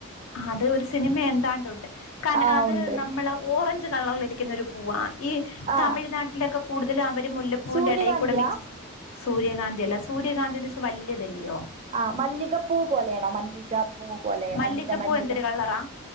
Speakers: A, on the left (about 70°); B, on the right (about 30°).
A: അത് ഒരു സിനിമ എന്താണ്ട് ഉണ്ട് കന
B: ആ
A: അത്
B: ഉണ്ട്
A: നമ്മള ഓറഞ്ച് കളറിലിരിക്കുന്നൊരു പൂവാണ്. ഈ
B: ആ
A: തമിഴ്നാട്ടിലൊക്കെ കൂടുതലു അവര് മുല്ലപ്പൂവിൻ്റെ
B: സൂര്യകാന്തിയാ
A: എടേയ്കൂടെ മിക്സ് സൂര്യകാന്തി അല്ല സൂര്യകാന്തി എന്നെച്ചാ വല്യതല്ലിയോ
B: ആ മല്ലികപ്പൂ പോലെയണോ മല്ലികപ്പൂ പോലെ
A: മല്ലികപ്പൂ
B: മല്ലിക മല്ലിക
A: എന്തൊരു കളറാ